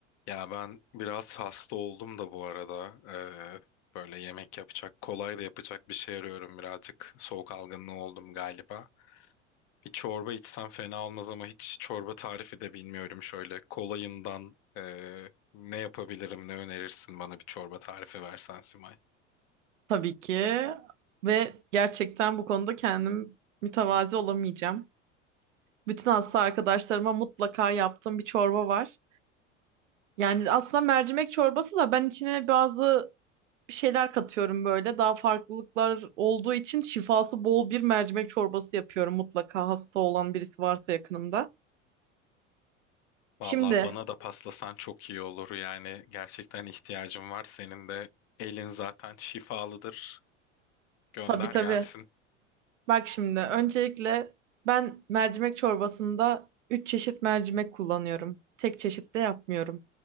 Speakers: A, on the left; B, on the right.
A: Ya ben biraz hasta oldum da bu arada. Ee, böyle yemek yapacak, kolay da yapacak bir şey arıyorum birazcık. Soğuk algınlığı oldum galiba. Bir çorba içsem fena olmaz ama hiç çorba tarifi de bilmiyorum. Şöyle kolayından ee, ne yapabilirim, ne önerirsin bana bir çorba tarifi versen Simay.
B: Tabii ki. Ve gerçekten bu konuda kendim mütevazi olamayacağım. Bütün hasta arkadaşlarıma mutlaka yaptığım bir çorba var. Yani aslında mercimek çorbası da ben içine bazı bir şeyler katıyorum böyle. Daha farklılıklar olduğu için şifası bol bir mercimek çorbası yapıyorum mutlaka hasta olan birisi varsa yakınımda. Şimdi
A: Vallahi bana da paslasan çok iyi olur. Yani gerçekten ihtiyacım var. Senin de elin zaten şifalıdır. Gönder
B: tabii tabii
A: gelsin.
B: Bak şimdi öncelikle ben mercimek çorbasında 3 çeşit mercimek kullanıyorum. Tek çeşit de yapmıyorum.